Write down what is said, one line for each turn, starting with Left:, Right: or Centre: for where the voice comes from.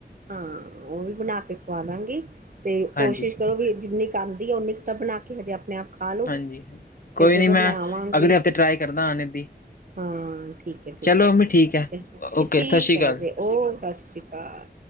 Right: ਹਾਂ ਉਹ ਵੀ ਬਣਾ ਕੇ ਖਵਾ ਦਾਂਗੀ ਤੇ ਕੋਸ਼ਿਸ਼
Left: ਹਾਂਜੀ
Right: ਕਰੋ ਵੀ ਜਿੰਨੀ <unintelligible> ਓਨੀ ਕੁ ਤਾਂ ਬਣਾ ਕੇ ਹਜੇ ਆਪਣੇ ਆਪ ਖਾ ਲੋ
Left: ਹਾਂਜੀ, ਕੋਈ
Right: ਫਿਰ ਜਦੋਂ
Left: ਨੀ ਮੈਂ
Right: ਆਵਾਂਗੀ
Left: ਅਗਲੇ ਹਫ਼ਤੇ ਟਰਾਈ ਕਰਦਾ ਆਣੇ ਦੀ
Right: ਹਾਂ, ਠੀਕ ਏ ਠੀਕ
Left: ਚਲੋ
Right: ਏ
Left: ਮੰਮੀ ਠੀਕ ਹੈ ਓਕੇ
Right: ਠੀਕ
Left: ਸਤਿ ਸ਼੍ਰੀ
Right: ਐ
Left: ਅਕਾਲ
Right: ਰਾਜੇ ਓ ਸਤਿ ਸ਼੍ਰੀ ਅਕਾਲ